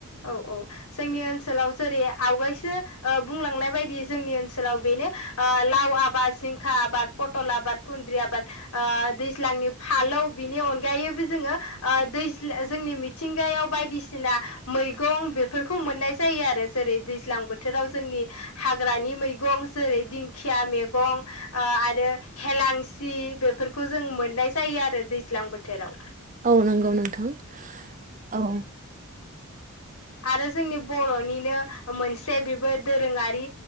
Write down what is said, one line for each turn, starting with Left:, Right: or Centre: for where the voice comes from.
Left: औ औ जोंनि ओनसोलाव जेरै आवगायसो ओ बुंलांनाय बायदि जोंनि ओनसोलाव बेनो ओ लाव आबाद जिंखा आबाद पटल आबाद खुन्द्रि आबाद ओ दैज्लांनि फालौ बिनि अनगायैबो जोङो दैज जोंनि मिथिंगायाव बायदिसिना मैगं बेफोरखौ मोननाय जायो आरो जेरै दैज्लां बोथोराव जोंनि हाग्रानि मैगं जेरै दिंखिया मैगं ओ आरो हेेलांसि बेफोरखौ जों मोननाय जायो आरो दैज्लां बोथोराव
Right: औ नंगौ नोंथां औ
Left: आरो जोंनि बर'निनो मोनसे बेबो दोरोङारि